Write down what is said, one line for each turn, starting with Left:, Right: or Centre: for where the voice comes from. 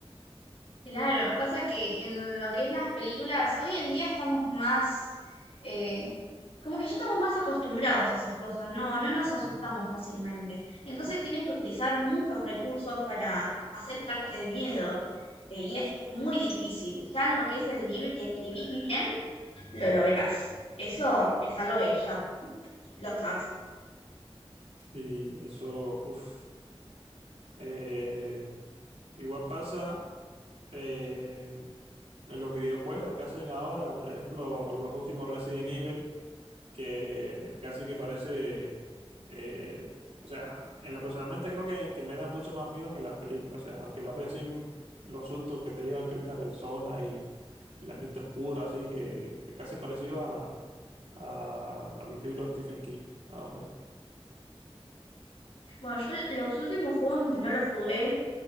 Left: Claro, pasa que en lo que es las películas, hoy en día estamos más, eh, como que ya estamos más acostumbrados a esas cosas, no, no nos
Right: Ujú.
Left: asustamos fácilmente. Entonces
Right: Y,
Left: tienen que utilizar muchos recursos para hacer que arte de miedo, eh, y es muy difícil. Ya en lo que es el libro, si escribís bien, lo lográs. Eso es algo que ya lo sabes.
Right: y eso, uf, eh, igual pasa eh, en los videojuegos que hacen ahora, por ejemplo, los últimos Resident Evil, que casi que parece, eh, o sea, en lo personalmente creo que, que me da mucho más miedo que las películas, o sea, aunque lo veas así, los sustos que te llevan en primera persona y el ambiente oscuro, así que, que casi parecido a, a los libros de Stephen King, más o menos.
Left: Bueno, yo los últimos juegos no los jugué,